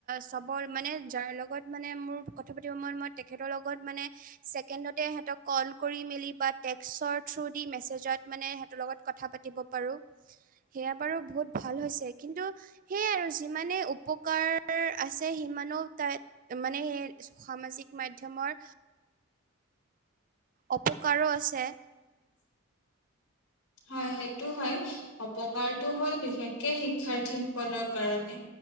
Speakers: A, on the right; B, on the left.
A: চবৰ মানে যাৰ লগত মানে মোৰ কথা পাতিব মন মই তেখেতৰ লগত মানে ছেকেন্দতে হেতক কল কৰি মেলি বা টেক্সৰ থ্ৰুদি মেচেজত মানে সেতলগত কথা পাতিব পাৰু সেয়া বাৰু বহুত ভাল হৈছে কিন্তু সেয়াই আৰু যিমানে উপকাৰ আছে সিমানও তাইত মানে হে সামাজিক মাধ্যমৰ অপকাৰো আছে।
B: হয় সেইটো হয় অপকাৰটো হ'ল বিশেষকে শিক্ষাৰ্থী সকলৰ কাৰণে।